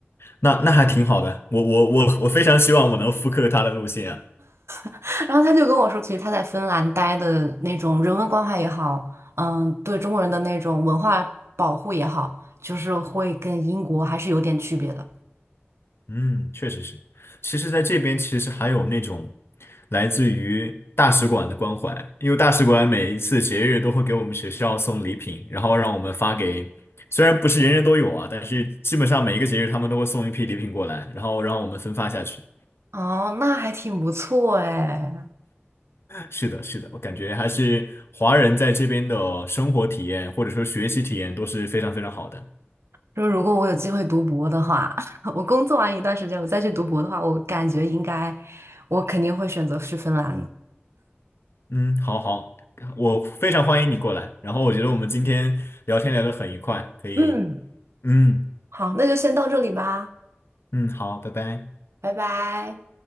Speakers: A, on the left; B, on the right.
A: 那那还挺好的，我我我我非常希望我能复刻他的路线啊。
B: <laughs> 然后他就跟我说，其实他在芬兰待的那种人文关怀也好，嗯、对中国人的那种文化保护也好，就是会跟英国还是有点区别的。
A: 嗯，确实是。其实，在这边其实还有那种来自于大使馆的关怀，因为大使馆每一次节日都会给我们学校送礼品，然后让我们发给，虽然不是人人都有啊，但是基本上每一个节日他们都会送一批礼品过来，然后让我们分发下去。
B: 哦，那还挺不错哎。
A: 是的，是的，我感觉还是华人在这边的生活体验或者说学习体验都是非常非常好的。
B: 说如果我有机会读博的话，<laughs> 我工作完一段时间，我再去读博的话，我感觉应该，我肯定会选择去芬兰的。
A: 嗯，好好，我非常欢迎你过来，然后我觉得我们今天聊天聊得很愉快，可以，
B: 嗯，
A: 嗯。
B: 好，那就先到这里吧，
A: 嗯，好，拜拜。
B: 拜拜。